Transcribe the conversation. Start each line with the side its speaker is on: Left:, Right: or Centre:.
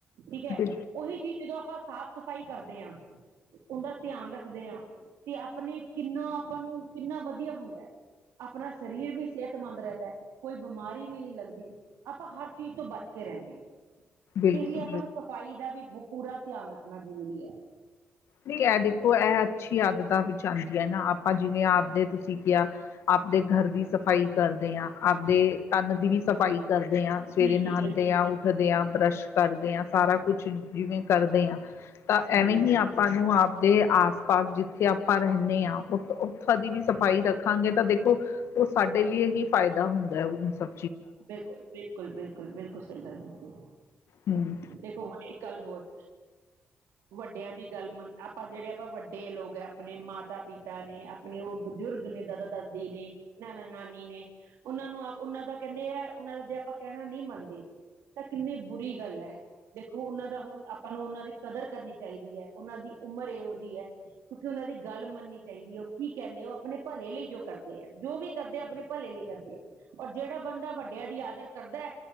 Right: ਠੀਕ
Left: ਉਹਦੇ
Right: ਐ, ਉਹੀ ਚੀਜ਼ ਜਦੋਂ ਆਪਾਂ ਸਾਫ਼-ਸਫਾਈ ਕਰਦੇ ਹਾਂ, ਉਂਹਦਾ ਧਿਆਨ ਰੱਖਦੇ ਹਾਂ ਤੇ ਆਪਣੇ ਕਿੰਨਾ ਆਪਾਂ ਨੂੰ, ਕਿੰਨਾ ਵਧੀਆ ਹੁੰਦਾ ਹੈ। ਆਪਣਾ ਸਰੀਰ ਵੀ ਸਿਹਤਮੰਦ ਰਹਿੰਦਾ, ਕੋਈ ਬਿਮਾਰੀ ਵੀ ਨਹੀਂ ਲੱਗਦੀ। ਆਪਾ ਹਰ ਚੀਜ਼ ਤੋਂ ਬੱਚਕੇ ਰਹਿੰਨੇ‌ ਆ।
Left: ਬਿਲਕੁਲ
Right: ਤੇ ਇਸ ਲਈ ਆਪਾਂ ਨੂੰ ਸਫ਼ਾਈ ਦਾ ਵੀ, ਪੂਰਾ ਧਿਆਨ ਰੱਖਣਾ ਜ਼ਰੂਰੀ ਹੈ।
Left: ਨਹੀਂ ਐ ਦੇਖੋ, ਐ ਅੱਛੀ ਆਦਤਾਂ ਵਿੱਚ ਆਂਦੀਆ ਨਾ ਆਪਾ ਜਿਵੇਂ ਆਪਦੇ ਤੁਸੀਂ ਕਿਹਾ ਆਪਦੇ ਘਰ ਦੀ ਸਫ਼ਾਈ ਕਰਦੇ ਆਂ ਆਪਦੇ ਤਨ ਦੀ ਵੀ ਸਫ਼ਾਈ ਕਰਦੇ ਹਾਂ। ਸਵੇਰੇ
Right: ਜੀ
Left: ਨਹਾਂਦੇ
Right: ਜੀ ਬਿਲਕੁਲ
Left: ਆਂ ਉੱਠਦੇ ਆਂ, ਬ੍ਰੱਸ਼ ਕਰਦੇ ਆਂ, ਸਾਰਾ ਕੁਛ ਜਿਵੇਂ ਕਰਦੇ ਆਂ, ਤਾਂ
Right: ਜੀ
Left: ਐਵੇਂ ਹੀ ਆਪ ਆਪਾਂ ਨੂੰ ਆਪਦੇ ਆਸ-ਪਾਸ ਜਿੱਥੇ ਆਪਾਂ ਰਹਿੰਨੇ ਆਂ ਓ, ਓਥੋਂ ਦੀ ਵੀ ਸਫ਼ਾਈ ਰੱਖ ਰਖਾਂਗੇ ਤਾਂ ਦੇਖੋ, ਉਹ ਸਾਡੇ ਲਈ ਹੀ ਫਾਇਦਾ ਹੁੰਦਾ ਹੈ, ਓਨ ਸਬ
Right: ਬਿਲਕੁਲ, ਬਿਲਕੁਲ, ਬਿਲਕੁਲ, ਬਿਲਕੁਲ ਸਹੀ ਗੱਲ ਕੀਤੀ।
Left: ਹਮ
Right: ਦੇਖੋ ਹੁਣ, ਇੱਕ ਗੱਲ ਹੋਰ ਵੱਡਿਆਂ ਦੀ ਗੱਲ ਮੰਨ ਆਪਾਂ ਜਿਹੜੇ, ਆਪਾਂ ਵੱਡੇ ਲੋਕ ਏ ਆਪਣੇ ਮਾਤਾ-ਪਿਤਾ ਨੇ ਅਪਣੇ ਉਹ ਬਜ਼ੁਰਗ ਨੇ, ਦਾਦਾ-ਦਾਦੀ ਨੇ, ਨਾਨਾ-ਨਾਨੀ ਨੇ ਉਹਨਾਂ ਨੂੰ, ਉਹਨਾਂ ਦਾ ਕਹਿੰਦੇ ਐ, ਉਹਨਾਂ ਦਾ ਜੇ ਆਪਾਂ ਕਹਿਣਾ ਨਹੀਂ ਮੰਨਦੇ, ਤਾਂ ਕਿੰਨੀ ਬੁਰੀ ਗੱਲ ਐ‌ ਦੇਖੋ ਉਹਨਾਂ ਦਾ ਹੁਣ, ਆਪਾਂ ਨੂੰ ਉਹਨਾਂ ਦੀ ਕਦਰ ਕਰਨੀ ਚਾਹੀਦੀ ਐ, ਉਹਨਾਂ ਦੀ ਉਮਰ ਇਹੋ ਦਿਹੀ ਹੈ। ਕਿਉਂਕਿ ਉਹਨਾਂ ਦੀ ਗੱਲ ਮੰਨਨੀ ਚਾਹੀਦੀ ਹੈ। ਉਹ ਕੀ ਕਹਿੰਦੇ ਏ, ਉਹ ਅਪਣੇ ਭਲੇ ਲਈ ਜੋ ਕਰਦੇ ਹੈ, ਜੋ ਵੀ ਕਰਦੇ ਆ ਅਪਣੇ ਭਲੇ ਲਈ ਕਰਦੇ ਏ, ਔਰ ਜਿਹ ਬੰਦਾ ਵੱਡਿਆਂ ਦੀ ਆਦਰ ਕਰਦੈ,